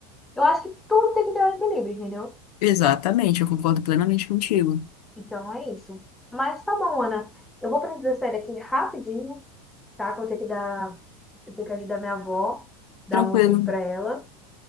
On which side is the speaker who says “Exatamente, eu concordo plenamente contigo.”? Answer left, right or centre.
Left